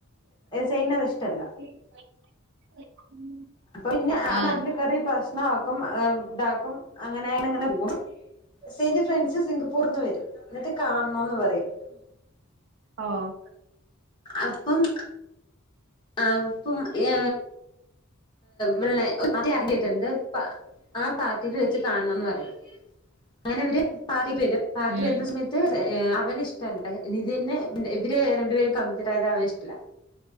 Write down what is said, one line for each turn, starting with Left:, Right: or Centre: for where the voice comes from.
Left: സെയിന്നത് ഇഷ്ടല്ല
Right: <inaudible>
Left: അപ്പൊ പിന്ന അവൻ
Right: ആഹ്
Left: അതില് കേറി പ്രശ്നാക്കും ഇതാക്കും അങ്ങനെ ഇങ്ങനെ ഇങ്ങനെ പോകും സെയിന്റെ ഫ്രണ്ട്സ് സിംഗപ്പൂർന്ന് വരും എന്നിട്ട് കാണണോന്ന് പറയും
Right: ആഹ്
Left: അപ്പം അപ്പം ഏ പിന്നെ ഒറ്റ ആക്കിയിട്ടുണ്ട് ആ പാർട്ടിൽ വെച്ച് കാണണംന്ന് പറയും അങ്ങനെ അവര് പാർട്ടിക്ക് വരും പാർട്ടി
Right: ഉം
Left: വരുന്ന സമയത്ത് അവര് ഇഷ്ടണ്ട് നിധി ന്ന് ഇവര് രണ്ട്പേരും കമ്മിറ്റടായത് അവന് ഷ് ല്ല